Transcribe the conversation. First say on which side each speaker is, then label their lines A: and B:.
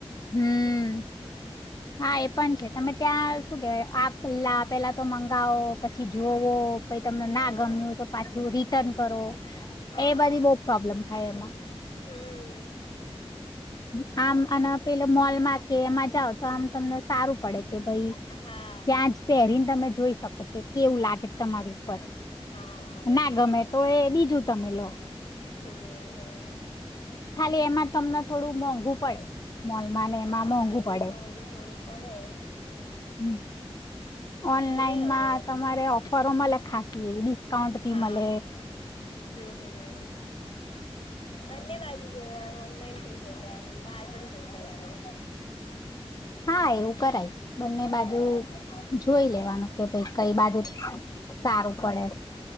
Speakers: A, on the left; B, on the left.
A: હમ હા એ પણ છે તમે ત્યાં શું કેવાય આપ પલા પેલા તો મંગાવો પછી જો જોવો પછી તમને
B: હા
A: ના ગમ્યું તો પાછું રિટર્ન કરો
B: હા
A: એ બધી બઉ પ્રોબ્લેમ થાય એમાં
B: હમ
A: હ
B: હા
A: આમ અને પેલો મોલ માં કે એમાં જાવ તો આમ તમને સારું પડે કે ભાઈ
B: હા
A: ત્યાં જ પહેરીને તમે જોઈ શકો કે કેવું લાગે તમારે પન
B: હા એ
A: ના
B: બી
A: ગમે
B: છે
A: તો એ બીજું તમે લો
B: હમ હમ
A: ખાલી એમાં તમને થોડું મોંઘું પડે મોલમાંને
B: હા
A: એમાં મોંઘું પડે
B: મોંઘું થોડું એ
A: હમ ઓનલાઈનમાં
B: જોઈ હવે
A: તમારે ઓફરો મળે ખાાસસી એવી ડિસ્કાઉન્ટ
B: હા
A: બી મળે
B: હમ હમ
A: <unintelligible>
B: બંને બાજુ જોઈ લવાનું ઓનલાઈન પણ જોઈ લેવાનું બહાર પણ જોઈ લેવાનું
A: હા એવું કરાય બંને
B: હમ
A: બાજુ જોઈ લેવાનું કે ભાઈ કઈ બાજુ સારું પડે